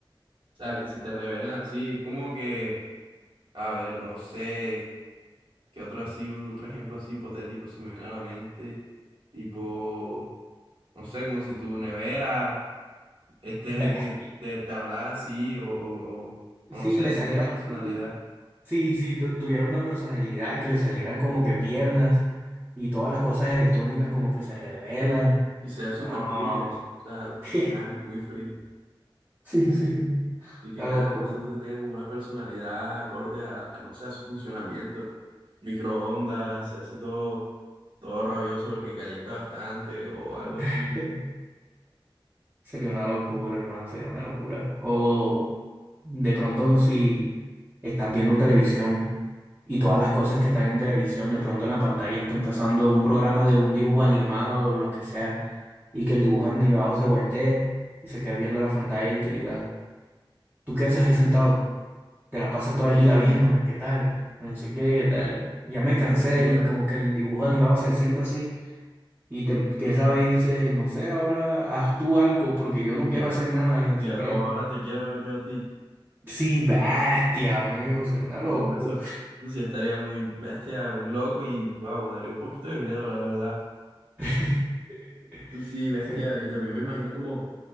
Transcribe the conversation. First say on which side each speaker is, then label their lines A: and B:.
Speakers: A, on the right (about 65°); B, on the right (about 20°).
A: sea, que se te revelen así, es como que, a ver, no sé, qué otro así, otro ejemplo así hipotético se me viene a la mente, tipo, no sé, como si tu nevera este,
B: Bestia.
A: de, de- de hablar así o, o, o-
B: Si
A: o no sé,
B: le
A: tenga
B: saliera,
A: una personalidad
B: sí sí tu- tuviera una personalidad que le salieran como que piernas y todas las cosas electrónicas como que se revelan.
A: y sea súper
B: No.
A: fría, o sea,
B: <laughs>
A: porque ajá, es muy fría.
B: Sí, sí.
A: Y que
B: Una
A: cada
B: locura.
A: cosa entonces tenga como una personalidad acorde a, a, no sé, a su funcionamiento. Microondas, así todo, todo rabioso porque calienta bastante o algo así.
B: <laughs> Sería una locura, hermano, sería una locura. O De pronto, si estás viendo televisión y todas las cosas que están en televisión, de pronto en la pantalla está empezando un programa de un dibujo animado o lo que sea, y que el dibujo animado se voltee y se quede viendo la pantalla y te diga, ¿tú qué haces ahí sentado? Te la pasas todo
A: ¡Ey!
B: el día viéndome, ¿qué tal? No sé qué, ¿qué tal? Ya me
A: ¡Qué
B: cansé
A: locura!
B: y como que el dibujo animado se sienta así y te empieza a ver y dice, no sé, ahora haz tú algo porque yo no
A: Ya,
B: quiero hacer nada y no
A: ya,
B: sé qué.
A: ahora te quiero ver yo a ti.
B: Sí, bestia, amigo, sería una
A: No,
B: locura.
A: eso, eso sí estaría muy bestia, muy loco y wow, daría un poquito de miedo, la verdad.
B: <laughs>
A: Eso sí, bestia,
B: Sería un-
A: y también me imagino como,